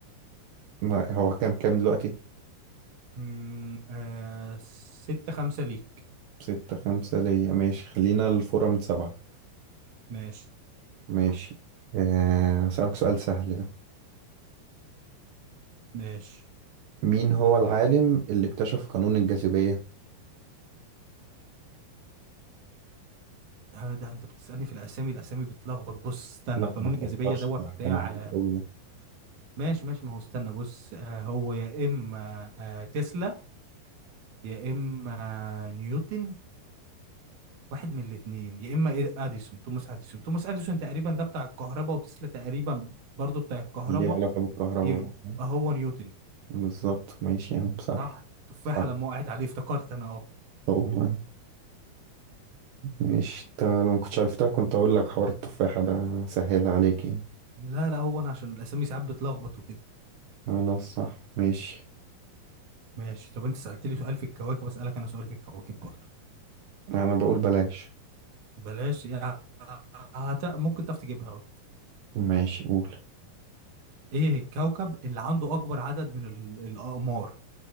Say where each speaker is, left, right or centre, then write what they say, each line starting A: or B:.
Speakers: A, on the right; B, on the right.
A: ما هو كام كام دلوقتي
B: مم. آه... ستة خمسة ليك
A: ستة خمسة ليا ماشي خلينا الفورة من سبعة
B: ماشي
A: ماشي آه، اسألك سؤال سهل ده
B: ماشي
A: مين هو العالم اللي اكتشف قانون الجاذبية؟
B: ده, ده انت بتسألني في الاسامي الاسامي بتلخبط بص استنى
A: لا
B: قانون
A: ما تفكرش
B: الجاذبية ده بتاع
A: ده معروف قوي ده
B: ماشي ماشي ما هو استنى بص آه، هو يا اما آه، تسلا يا اما آه، نيوتن واحد من الاثنين يا اما إد- اديسون توماس اديسون توماس اديسون تقريبا ده بتاع الكهرباء وتسلا تقريبا برضو بتاع الكهرباء
A: ليه علاقة بالكهرباء
B: يبقى
A: بقى
B: هو نيوتن
A: بالظبط ماشي يا عم صح
B: صح التفاحة
A: صح
B: لما وقعت عليه افتكرت انا اه
A: هو مش تا- لو ما كنتش عرفتها كنت اقول لك حوار التفاحة ده سهلها عليك يعني
B: لا لا هو انا عشان الاسامي ساعات بتلخبط وكده
A: خلاص صح ماشي
B: ماشي طب انت سألتلي سؤال في الكواكب اسألك انا سؤال في الكواكب برضو
A: انا بقول بلاش
B: بلاش يعني هت... ممكن تعرف تجيبها
A: ماشي قول
B: ايه الكوكب اللي عنده اكبر عدد من ال... الاقمار